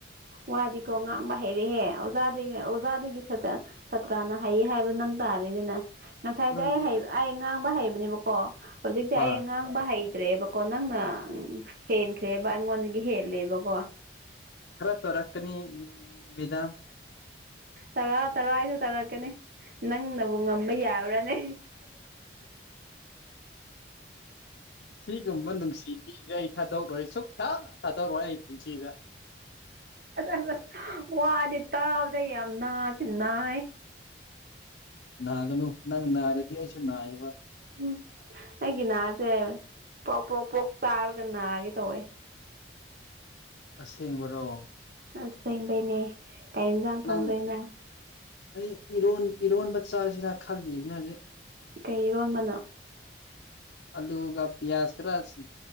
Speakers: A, on the right (about 50°); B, on the left (about 65°).
A: ꯋꯥꯗꯤꯀꯣ ꯉꯥꯡꯕ ꯍꯩꯔꯦꯍꯦ ꯑꯣꯖꯥꯗꯒꯤ ꯑꯣꯖꯥꯗꯒꯤ ꯁꯠꯇ ꯁꯥꯇ꯭ꯔꯥꯅ ꯍꯩ ꯍꯥꯏꯕ ꯅꯪ ꯇꯥꯔꯤꯅꯤꯅꯦ ꯉꯁꯥꯏꯗꯤ
B: ꯅꯪꯗꯤ
A: ꯑꯩ ꯍ ꯑꯩ ꯉꯥꯡꯕ ꯍꯩꯕꯅꯦꯕꯀꯣ ꯍꯧꯖꯤꯛꯇꯤ
B: ꯍ
A: ꯑꯩ ꯉꯥꯡꯕ ꯍꯩ ꯂꯩꯇ꯭ꯔꯦꯕꯀꯣ ꯅꯪꯅ ꯍꯦꯟꯈ꯭ꯔꯦꯕ ꯑꯩꯉꯣꯟꯗꯒꯤ ꯍꯦꯜꯂꯦꯕꯀꯣ
B: ꯈꯔ ꯇꯔꯛꯀꯅꯤ ꯃꯤꯗꯥ
A: ꯇꯔꯥ ꯇꯔꯥ ꯑꯩꯁꯨ ꯇꯥꯔꯛꯀꯅꯤ ꯅꯪꯅꯕꯨ ꯉꯝꯕ ꯌꯥꯕ꯭ꯔꯅꯤ
B: ꯁꯤꯒꯨꯝꯝꯕꯟꯪ ꯁꯤ ꯔ ꯊꯥꯗꯣꯛꯔꯣꯏ ꯁꯨꯛ ꯊ ꯊꯥꯗꯣꯔꯔꯛꯑꯣꯣꯏ ꯑꯩ ꯄꯨꯟꯁꯤꯗ
A: ꯠ ꯋꯥꯗꯤ ꯇꯥꯕꯗ ꯌꯥꯝ ꯅꯥꯁ ꯅꯥꯏ
B: ꯅꯥꯒꯅꯨ ꯅꯪ ꯅꯥꯔꯗꯤ ꯑꯩꯁꯨ ꯅꯥꯏꯌꯦꯕ
A: ꯎꯝ ꯑꯩꯒꯤ ꯅꯍꯁꯦ ꯄ꯭ꯔꯣꯛ ꯄ꯭ꯔꯣꯛ ꯄꯣꯛ ꯆꯥꯔꯒ ꯅꯥꯒꯦ ꯇꯧꯋꯦ
B: ꯑꯁꯦꯡꯕꯔꯣ
A: ꯑꯁ ꯁꯦꯡꯕꯩꯅꯦ ꯀꯔꯤ ꯌꯦꯟꯁꯥꯡ ꯐꯪꯗꯣꯏꯅꯣ
B: ꯅꯪ ꯑꯩ ꯏꯔꯣꯟ ꯏꯔꯣꯟꯕ ꯆꯥꯁꯤꯔ ꯈꯜꯂꯤꯕꯅꯦ ꯍꯧꯖꯤꯛ
A: ꯀꯩꯔꯣꯟꯕꯅꯣ
B: ꯑꯜꯂꯨ ꯀ ꯄꯌꯥꯖ ꯈꯔꯁꯤ